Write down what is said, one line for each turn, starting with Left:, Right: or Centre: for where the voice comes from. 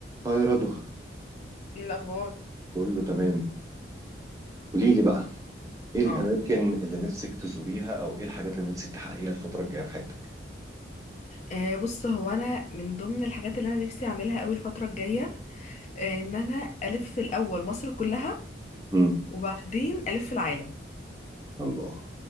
Right: اه يا رضوى
Left: ايه الاخبار
Right: كله تمام قولي لي بقى ايه الاماكن
Left: اه
Right: اللي نفسك تزوريها او ايه الحاجات اللي نفسك تحققيها الفتره الجايه في حياتك
Left: آه، بص هو انا من ضمن الحاجات اللي انا نفسي اعملها قوي الفتره الجايه آه، ان انا الف الاول مصر كلها
Right: امم
Left: وبعدين الف العالم
Right: الله